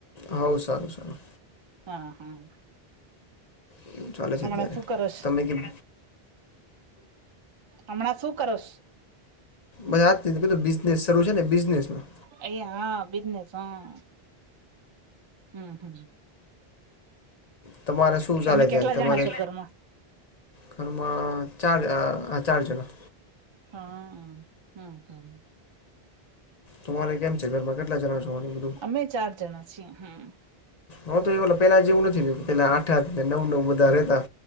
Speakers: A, on the left (about 45°); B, on the right (about 30°).
A: હઓ સારું સારું.
B: હા હા.
A: કેવું ચાલે
B: હમણાં
A: છે અત્યારે
B: શું કરોશ
A: તમે કેમ
B: હમણાં શું કરોશ?
A: બસ આજ બિઝનેસ શરૂ છે ને બિઝનેસ માં.
B: અહીંયા હા બિઝનસ હા હમ્મ હમ્મ.
A: તમારે શું
B: તમે
A: ચાલે
B: કેટલા
A: ત્યારે તમારે?
B: જણા છો ઘરમાં
A: ઘરમાં ચાર અહ ચાર જણા.
B: હા હ હમ્મ હમ્મ.
A: તમારે કેમ છે ઘરમાં કેટલા જણા છો?
B: અમે ચાર જણા છીએ હમ્મ.
A: હું તો એલો પેલા જેવુ નથી રહ્યું પેલા આઠા ને નવ નવ બધા રહેતા.